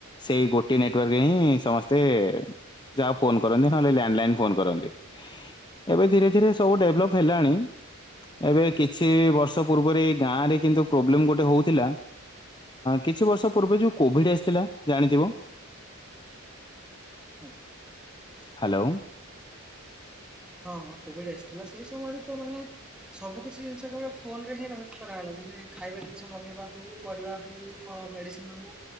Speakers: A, on the left; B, in the centre.
A: ସେଇ ଗୋଟେ ନେଟୱାର୍କରେ ହିଁ ସମସ୍ତେ ଯାହା ଫୋନ କରନ୍ତି। ନହେଲେ ଲ୍ୟାଣ୍ଡଲାଇନ ଫୋନ କରନ୍ତି ଏବେ ଧୀରେ ଧୀରେ ସବୁ ଡେଭଲପ୍ ହେଲାଣି। ଏବେ କିଛି ବର୍ଷ ପୂର୍ବରେ ଏ ଗାଁରେ କିନ୍ତୁ ପ୍ରୋବ୍ଲେମ ଗୋଟେ ହଉଥିଲା। କିଛି ବର୍ଷ ପୂର୍ବେ ଯେଉଁ କୋଭିଡ଼୍ ଆସିଥିଲା ଜାଣିଥିବ। <inaudible>
B: ହୁଁ।
A: ହ୍ୟାଲୋ।
B: ହଁ ହଁ କୋଭିଡ ଆସିଥିଲା ସେଇ ସମୟରେ ତ ମାନେ ସବୁ କିଛି ଜିନିଷ କେବଳ ଫୋନ ରେ ହିଁ ରକି କରାଗଲା ଯେମତି ଖାଇବା ଜିନିଷ ମଗେଇବା ହଉ ପରିବା ହଉ ହଉ ମେଡିସିନ ହଉ